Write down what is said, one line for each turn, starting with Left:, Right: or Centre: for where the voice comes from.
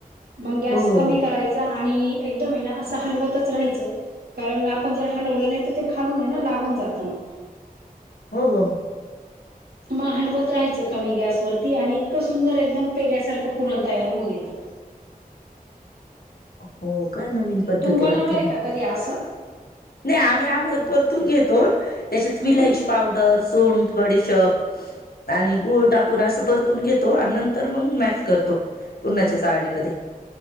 Right: मंग गॅस
Left: हो हो
Right: कमी
Left: हो
Right: करायचा आणि एकदम ये ना, असं हलवतच राहायचं. कारण आपण जर हलवलं नही, त ते खालून ये ना, लागून जातं म.
Left: हो हो.
Right: म हलवत राहायचं, कमी गॅसवरती आणि इतकं सुंदर एकदम पेड्यासारखं, पुरण तयार होऊन येतं.
Left: हो का, नवीन पद्धत
Right: तू बनवलंय
Left: ये वाटत ही,?
Right: का कधी आस?
Left: नाही आम्ही अगोदर परतून घेतो, त्याच्यात
Right: हम्म
Left: विलायची पावडर, सुंठ, बडीशेप आणि गूळ टाकून, असं परतून घेतो, आणि नंतर मंग मॅश करतो. पुरणाच्या चाळणीमध्ये.